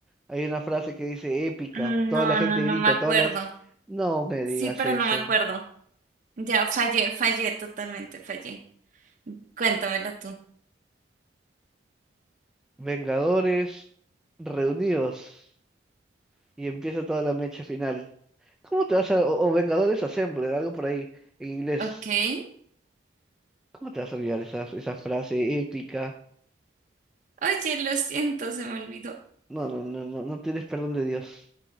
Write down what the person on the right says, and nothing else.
Mm,
No,
no, no
me acuerdo.
Sí,
pero
no me acuerdo. Ya fallé, fallé, totalmente fallé. Cuéntamela tú.
Ok.
Oye, lo siento, se me olvidó.